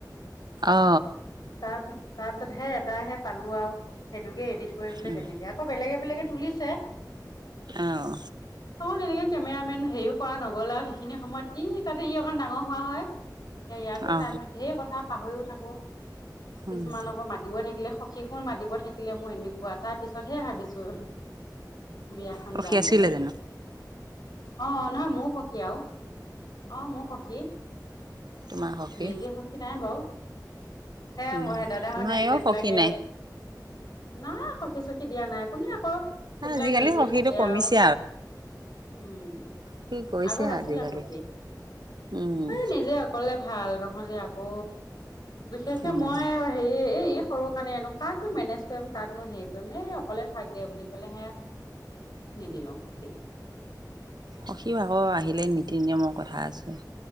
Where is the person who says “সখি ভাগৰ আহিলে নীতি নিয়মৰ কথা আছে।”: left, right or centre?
Right